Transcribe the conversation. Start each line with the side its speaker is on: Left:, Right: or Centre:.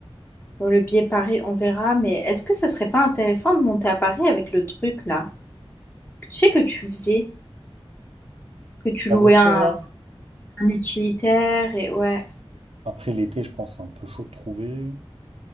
Left: Bon, le billet Paris, on verra, mais est-ce que ça serait pas intéressant de monter à Paris avec le truc là? Tu sais que tu faisais, que tu louais
Right: La voiture,
Left: un
Right: là?
Left: un utilitaire et ouais,
Right: Après l'été, je pense que c'est un peu chaud de trouver.